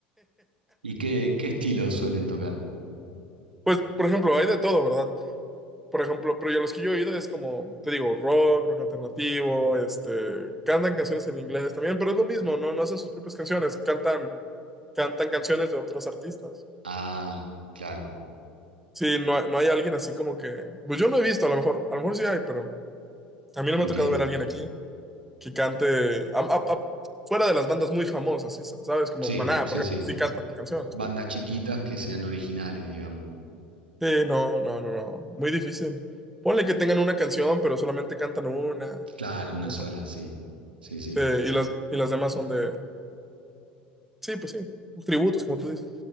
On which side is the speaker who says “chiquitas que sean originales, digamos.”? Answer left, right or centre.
Right